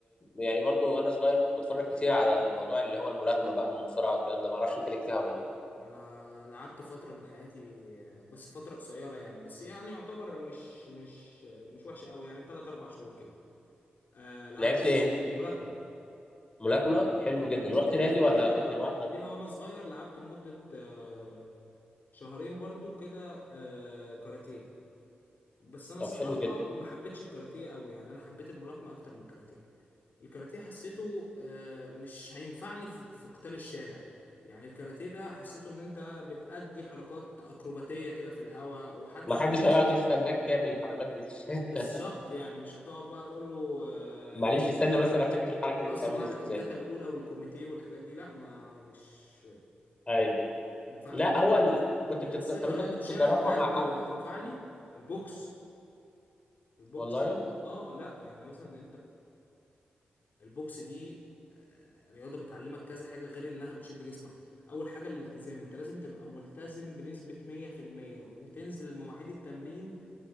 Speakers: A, on the left; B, on the left.
A: يعني برضو وانا صغير كنت بتفرج كتير على الموضوع اللي هو الملاكمه بقى والمصارعه والكلام ده معرفش انت ليك فيها ولا لا
B: انا لعبت فترة من حياتي بس فترة قصيرة يعني بس يعني يعتبر مش مش مش وحشة قوي يعني 3 4 شهور كده آه لعبت
A: لعبت
B: مل-
A: ايه
B: ملاكمة
A: ملاكمه
B: لعبت
A: حلو
B: ملاكمة
A: جدا رحت
B: وقبليها
A: نادي ولا كنت لوحدك
B: وقبليها وانا صغير لعبت لمدة آه شهرين برضو كده آه كاراتيه بس انا
A: طب
B: الصراحة
A: حلو جدا
B: ما حبيتش الكاراتيه قوي يعني انا حبيت الملاكمة اكتر من الكاراتيه الكاراتيه حسيته آه، مش هينفعني في في قتال الشارع يعني الكاراتيه ده حسيته ان انت بتأدي حركات اكروباتيه كده في الهواء وحتى
A: ما حدش
B: ك-
A: هيقعد يستناك تعمل الحركات دي في الشارع
B: بالظبط
A: <laughs>
B: يعني مش هتقعد بقى تقول له اه
A: معلش استنى بس انا افتكر الحركه دي
B: آه،
A: بتتعمل
B: سمع
A: ازاي
B: لك الكاتا الاولى والكوميتيه والحاجات دي لا ما مش
A: ايوه
B: ينفع
A: لا
B: اللي
A: هو ال... كنت بتد...
B: حسيتها
A: طب انت
B: رياضه
A: كنت
B: شارع
A: بتتدربها
B: بجد
A: مع
B: وهتنفعني
A: حد
B: البوكس البوكس
A: والله
B: اه لا يعني مثلا البوكس دي آه، رياضة بتعلمك كذا حاجة غير انها بتشد جسمك اول حاجة الالتزام انت لازم تبقى ملتزم بنسبة 100% وتنزل مواعيد التمرين